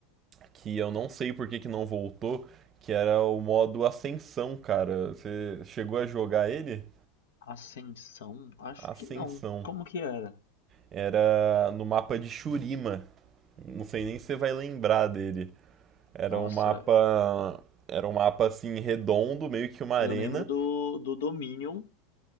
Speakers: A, on the right; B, on the left.
A: que eu não sei por que que não voltou, que era o modo Ascensão, cara. Você chegou a jogar ele?
B: Ascensão? Acho
A: Ascensão.
B: que não. Como que era?
A: Era no mapa de Shurima. Não sei nem se você vai lembrar dele. Era
B: Nossa,
A: um mapa. Era um mapa assim redondo, meio que uma arena.
B: eu lembro do, do Dominion,